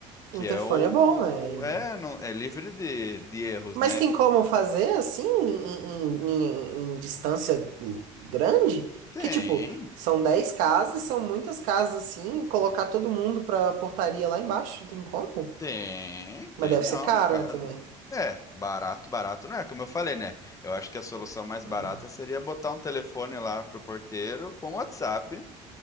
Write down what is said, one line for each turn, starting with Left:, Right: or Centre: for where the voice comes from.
Left: Que
Right: Interfone
Left: é o.
Right: é bom, né, ainda.
Left: É, não, é livre de, de erros,
Right: Mas
Left: né?
Right: tem como fazer assim, em, em, em- em distância grande?
Left: Tem,
Right: Que tipo, são 10 casas, são muitas casas assim, colocar todo mundo pra portaria lá embaixo, não tem como?
Left: tem,
Right: Mas
Left: tem,
Right: deve
Left: não,
Right: ser caro,
Left: cara.
Right: né, também.
Left: Não, é, barato, barato não é, como eu falei, né? Eu acho que a solução mais
Right: Ah.
Left: barata seria botar um telefone lá pro porteiro com WhatsApp,